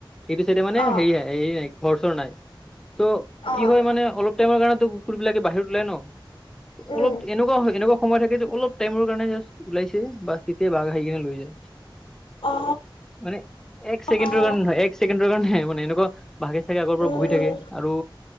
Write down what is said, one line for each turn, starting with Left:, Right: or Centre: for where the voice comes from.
Centre: সেইটো চাইড মানে
Left: অ',
Centre: হেৰি হ নাই ঘৰ চৰ নাই ত
Left: অ',
Centre: কি হয় মানে অলপ টাইমৰ কাৰণে কুকুৰ বিলাকে বাহিৰত ওলাই ন
Left: উম,
Centre: অলপ এনেকুৱা এনেকুৱা সময় থাকে যে অলপ টাইমৰ কাৰণে জা ওলাইছে বাছ তেতিয়া বাঘ আহি কেনে লৈ যায়
Left: অ
Centre: মানে এক ছেকেণ্ডৰ
Left: অ'।
Centre: কাৰণে হয় এক ছেকেণ্ডৰ কাৰণেহে মানে এনেকুৱা ভাগে চাগে আগৰ পৰা
Left: উম,
Centre: বহি থাকে আৰু